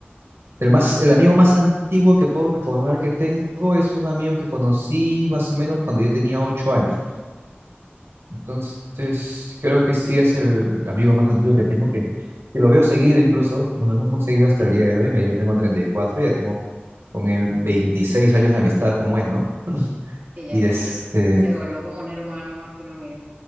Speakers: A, on the right; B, on the right.
A: el más, el amigo más antiguo que puedo recordar que tengo es un amigo que conocí más o menos cuando yo tenía ocho años. Entonces, creo que sí es el amigo más antiguo que tengo, que, que lo veo seguido incluso, nos vemos muy seguido hasta el día de hoy, me- yo tengo treinta y cuatro ya tengo con él 26 años de amistad, como es, ¿no?
B: Que ya
A: Y
B: casi
A: este,
B: se vuelve como un hermano más que un amigo.